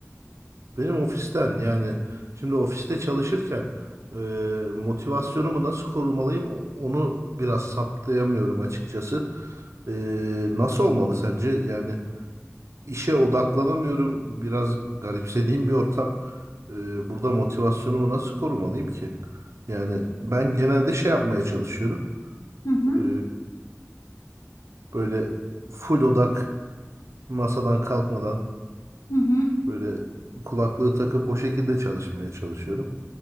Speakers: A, on the right; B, on the left.
A: Benim ofisten yani şimdi ofiste çalışırken e, motivasyonumu nasıl korumalıyım? O- Onu biraz saptayamıyorum açıkçası. Ee, nasıl olmalı sence? Yani İşe odaklanamıyorum. Biraz garipsediğim bir ortam. Ee, burada motivasyonumu nasıl korumalıyım ki? Yani ben genelde şey yapmaya çalışıyorum.
B: Hı hı,
A: Ee, böyle full odak masadan kalkmadan
B: hı hı,
A: böyle kulaklığı takıp o şekilde çalışmaya çalışıyorum.